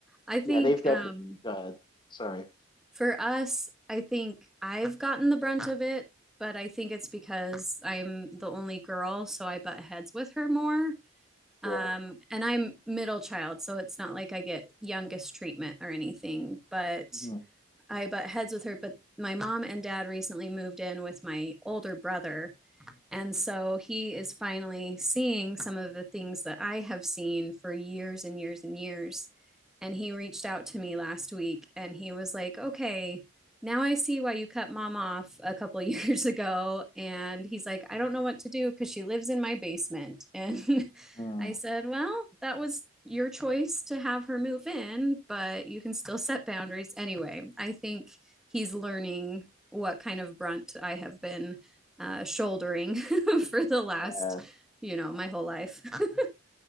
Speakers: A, in the centre; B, on the left.
A: I think
B: yeah, they've definitely.
A: um,
B: Uh, sorry.
A: for us, I think I've gotten the brunt of it, but I think it's because I'm the only girl, so I butt heads with her more.
B: Sure.
A: Um, and I'm middle child, so it's not like I get youngest treatment or anything, but
B: Mhm.
A: I butt heads with her. But my mom and dad recently moved in with my older brother and so he is finally seeing some of the things that I have seen for years and years and years. And he reached out to me last week and he was like, okay, now I see why you cut mom off a couple of <laughs> years ago. And he's like, I don't know what to do because she lives in my basement. And
B: Mhm.
A: <laughs> I said, well, that was your choice to have her move in, but you can still set boundaries. Anyway, I think he's learning what kind of brunt I have been uh, shouldering <laughs> for the last,
B: Yeah.
A: you know, my whole life. <laughs>